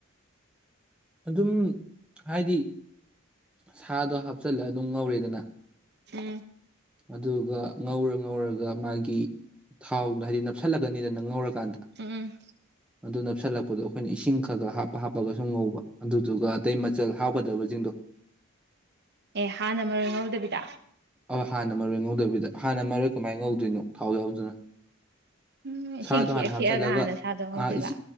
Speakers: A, in the centre; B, on the right.
A: ꯑꯗꯨꯝ ꯍꯥꯏꯗꯤ ꯁꯥꯗꯣ ꯍꯥꯞꯆꯤꯜꯂꯒ ꯑꯗꯨꯝ ꯉꯧꯔꯦꯗꯅ
B: ꯎꯝ
A: ꯑꯗꯨꯒ ꯉꯧꯔ ꯉꯧꯔꯒ ꯃꯥꯒꯤ ꯊꯥꯎꯗꯣ ꯍꯥꯏꯗꯤ ꯅꯞꯁꯜꯂꯛꯀꯅꯤꯗ ꯉꯧꯔꯀꯥꯟꯗ
B: ꯎꯝ
A: ꯑꯗꯨ ꯅꯞꯁꯜꯂꯛꯄꯗꯣ ꯑꯩꯈꯣꯏꯅ ꯏꯁꯤꯡ ꯈ ꯈ ꯍꯥꯞꯄ ꯍꯥꯞꯄꯒ ꯁꯨꯝ ꯉꯧꯕ ꯑꯗꯨꯗꯨꯒ ꯑꯇꯩ ꯃꯆꯜ ꯍꯥꯞꯀꯗꯕꯖꯤꯡꯗꯣ
B: ꯑꯦ ꯍꯥꯟꯅ ꯃꯔꯣꯏ ꯉꯧꯗꯕꯤꯗ
A: ꯑꯣꯏ ꯍꯥꯟꯅ ꯃꯔꯣꯏ ꯉꯧꯗꯕꯤꯗ ꯍꯥꯟꯅ ꯃꯔꯣꯏ ꯀꯃꯥꯏ ꯉꯧꯗꯣꯏꯅꯣ ꯊꯥꯎ ꯌꯥꯎꯗꯅ
B: ꯎꯝ ꯏꯁꯤꯡ
A: ꯁꯥꯗꯣ
B: ꯈꯤꯛꯑ
A: ꯍꯥꯟꯅ
B: ꯈꯤꯛꯑꯒ
A: ꯍꯥꯞꯆꯜꯂꯒ
B: ꯍꯥꯟꯅ ꯁꯥꯗꯣ ꯉꯧꯗꯣꯏꯕ
A: ꯑꯥ ꯏꯁꯤ